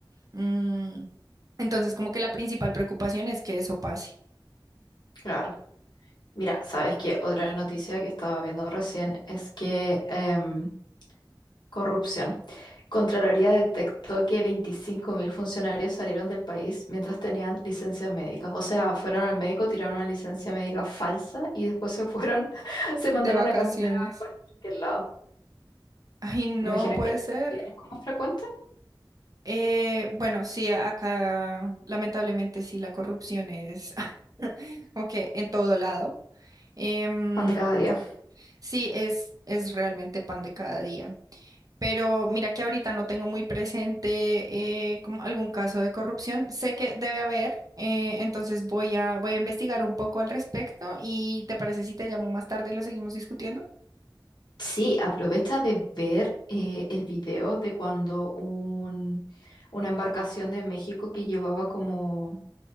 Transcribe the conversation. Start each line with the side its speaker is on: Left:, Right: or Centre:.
Right: mm. Entonces, como que la principal preocupación es que eso pase
Left: claro. Mira, ¿sabes qué? Otra noticia que estaba viendo recién es que em, corrupción. Contraloría detectó que 25.000 funcionarios salieron del país mientras tenían licencias médicas. O sea, fueron al médico, tiraron una licencia médica falsa y después se fueron, <laughs> se mandaron
Right: de vacaciones.
Left: a cambiar a cualquier lado.
Right: Ay, no
Left: Me imagino
Right: puede
Left: que allá
Right: ser.
Left: también es como frecuente.
Right: Eh, bueno, sí, a- acá lamentablemente sí, la corrupción es <laughs> como que en todo lado. Em,
Left: Pan de cada día.
Right: sí, es, es realmente pan de cada día. Pero mira que ahorita no tengo muy presente eh, como algún caso de corrupción. Sé que debe haber, eh, entonces voy a, voy a investigar un poco al respecto y ¿te parece si te llamo más tarde y lo seguimos discutiendo?
Left: Sí, aprovecha de ver eh, el video de cuando un, una embarcación de México que llevaba como